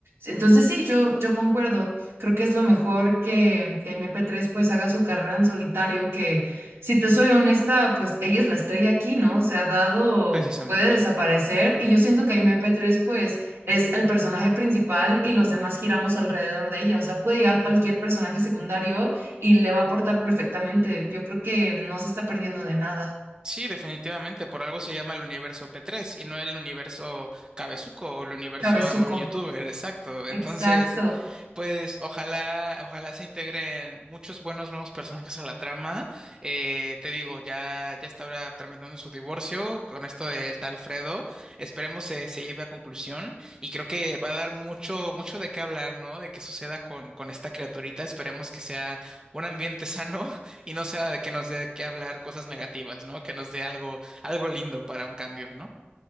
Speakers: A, on the right (about 85°); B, on the right (about 20°).
A: Entonces, sí, yo, yo concuerdo. Creo que es lo mejor que, que Aimee P3 pues haga su carrera en solitario, que si te soy honesta, pues ella es la estrella aquí, ¿no? Se ha dado,
B: precisamente.
A: puede desaparecer y yo siento que Aimee P3 pues es el personaje principal y los demás giramos alrededor de ella, o sea, puede llegar
B: <laughs>
A: cualquier personaje secundario y le va a aportar perfectamente. Yo creo que no se está perdiendo de nada.
B: Sí, definitivamente, por algo se llama el universo P3 y no el universo Cabezuco o el universo
A: Cabezuco.
B: Amor Youtuber, exacto. Entonces,
A: Exacto.
B: pues ojalá, ojalá se integren muchos buenos nuevos personajes a la trama. Eh, te digo, ya, ya está ahora tramitando su divorcio con esto del tal Fredo. Esperemos se, se lleve a conclusión y creo que va a dar mucho, mucho de qué hablar, ¿no? De qué suceda con, con esta criaturita. Esperemos que sea un ambiente sano y no sea de que nos dé que hablar cosas negativas, ¿no? Que nos dé algo, algo lindo para un cambio, ¿no?